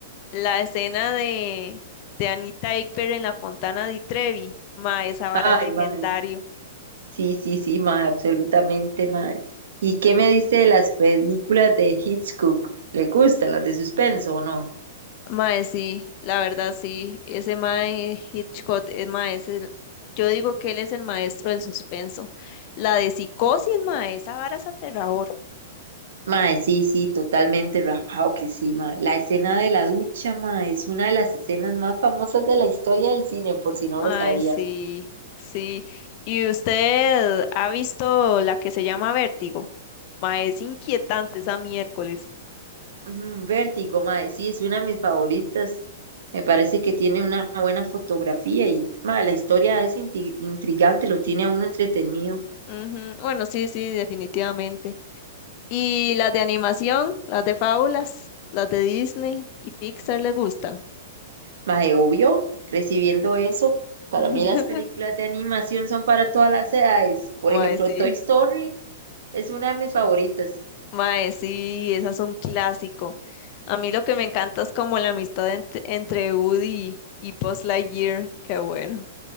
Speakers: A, on the left (about 40°); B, on the right (about 80°).
A: la escena de, de Anita Ekberg en la Fontana di Trevi, mae, esa vara
B: Ay,
A: legendario.
B: mae. Sí, sí, sí, mae, absolutamente, mae. ¿Y qué me dice de las películas de Hitchcock? ¿Le gustan las de suspenso o no?
A: Mae, sí, la verdad sí, ese Mae Hitchcock, es mae, es el- yo digo que él es el maestro del suspenso. La de psicosis, Mae, esa vara es aterrador.
B: Mae, sí, sí, totalmente rajado que sí, mae. La escena de la ducha, mae, es una de las escenas más famosas de la historia del cine, por si no
A: Mae,
B: lo sabía.
A: sí, sí. ¿Y usted ha visto la que se llama Vértigo? Mae, es inquietante esa miércoles.
B: Ujú, Vértigo, mae, sí, es una de mis favoritas. Me parece que tiene una buena fotografía y, mae, la historia es inti- intrigante, lo tiene a uno entretenido.
A: Ujú, Bueno, sí, sí, definitivamente. ¿Y las de animación, las de fábulas, las de Disney y Pixar le gustan?
B: Mae, obvio, recibiendo eso, para
A: <laughs>
B: mí las películas de animación son para todas las edades. Por
A: Mae,
B: ejemplo,
A: sí.
B: Toy Story es una de mis favoritas.
A: Mae, sí, esas son clásico. A mí lo que me encanta es como la amistad ent- entre Woody y Buzz Lightyear, qué bueno.